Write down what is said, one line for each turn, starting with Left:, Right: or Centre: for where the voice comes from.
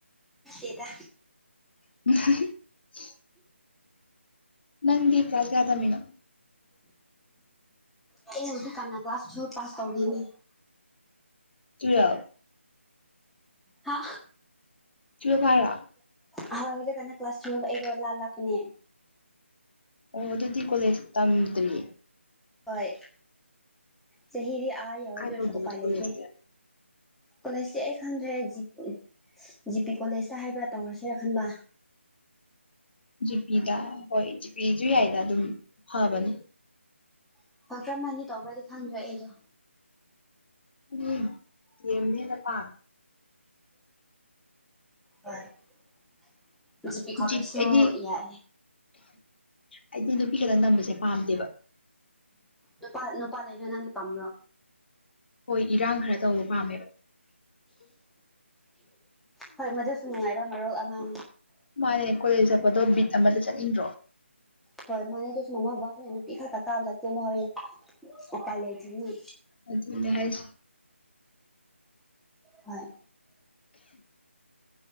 Centre: ꯇꯦꯗ
Left: <unintelligible> ꯅꯪꯗꯤ ꯀ꯭ꯂꯥꯁ ꯀꯌꯥ ꯇꯝꯃꯤꯅꯣ
Centre: ꯑꯦ ꯍꯧꯖꯤꯛ ꯀꯥꯟꯅ ꯀ꯭ꯂꯥꯁ ꯇ꯭ꯋꯦꯜꯞ ꯄꯥꯁ ꯇꯧꯔꯤꯅꯤ
Left: ꯇꯨꯋꯦꯜꯞ
Centre: ꯍꯥ
Left: ꯇ꯭ꯋꯦꯜꯞ ꯍꯥꯢꯔꯣ
Centre: ꯑꯍꯣꯏ ꯍꯧꯖꯤꯛ ꯀꯥꯟ ꯀ꯭ꯂꯥꯁ ꯇꯨꯋꯦꯜꯞ ꯑꯩꯗꯣ ꯂꯥꯜ ꯂꯛꯄꯅꯦ
Left: ꯑꯣ ꯑꯗꯨꯗꯤ ꯀꯣꯂꯦꯖ ꯇꯝꯗ꯭ꯔꯤ
Centre: ꯍꯣꯏ ꯆꯍꯤꯗꯤ ꯑꯥ ꯌꯧꯔꯦ
Left: ꯀꯥꯏ
Centre: ꯑꯗꯨ
Left: ꯇꯧꯗꯣꯏꯕ
Centre: ꯑꯣꯏꯔꯁꯨ ꯎꯄꯥꯏ
Left: ꯀꯣꯂꯦꯖꯇꯤ
Centre: ꯂꯩꯇꯦ ꯀꯣꯂꯦꯖꯇꯤ ꯑꯩ ꯈꯪꯗ꯭ꯔꯦ ꯖꯤꯞ ꯖꯤꯄꯤ ꯀꯣꯂꯦꯖꯇ ꯍꯥꯏꯕ꯭ꯔꯥ ꯇꯧꯔꯁꯤꯔ ꯈꯟꯕ
Left: ꯖꯤꯄꯤꯗ ꯍꯣꯏ ꯖꯤꯄꯤꯁꯨ ꯌꯥꯏꯗ ꯑꯗꯨꯝ ꯐꯕꯅꯦ
Centre: <unintelligible> ꯇꯧꯕ꯭ꯔꯥꯗꯤ ꯈꯪꯗ꯭ꯔꯦ ꯑꯩꯗꯣ
Left: ꯑꯩꯗꯤ ꯗꯤ ꯑꯦꯝꯅ ꯍꯦꯟꯅ ꯄꯥꯝꯃꯦ
Centre: ꯍꯣꯢ ꯖꯤ ꯄꯤ ꯀꯣꯂꯦꯖꯁꯨ
Left: ꯖꯤꯄꯤ ꯑꯩꯗꯤ
Centre: ꯍꯥꯢꯌꯦ
Left: ꯑꯩꯗꯤ ꯅꯨꯄꯤ ꯈꯛꯇꯪ ꯇꯝꯕꯁꯦ ꯄꯥꯝꯗꯦꯕ
Centre: ꯅꯨꯄꯥ ꯅꯨꯄꯥ ꯂꯩꯕꯅ ꯅꯪꯗꯤ ꯄꯥꯝꯕ꯭ꯔꯣ
Left: ꯍꯣꯏ ꯏꯔꯥꯡ ꯈꯔ ꯇꯧꯕ ꯄꯥꯝꯃꯦꯕ
Centre: ꯍꯣꯏ ꯃꯗꯨꯁꯨ ꯅꯨꯡꯉꯥꯏꯕ ꯃꯔꯨ ꯑꯃꯅꯤ
Left: ꯃꯥꯅꯦ ꯀꯣꯂꯦꯖ ꯆꯠꯄꯗꯣ ꯕꯤꯠ ꯑꯃꯗ ꯆꯠꯅꯤꯡꯗ꯭ꯔꯣ
Centre: ꯍꯣꯢ ꯃꯥꯟꯅꯦ ꯃꯃꯥ ꯕꯕꯥ ꯈꯣꯏꯅ ꯅꯨꯄꯤ ꯈꯛꯇ ꯀꯥꯕꯗ ꯀꯨꯝꯃꯣꯌꯦ ꯑꯣꯄꯥꯢ ꯂꯩꯇꯦꯅꯦ
Left: ꯑꯗꯨꯅꯦ ꯍꯥꯏꯁꯦ
Centre: ꯍꯣꯏ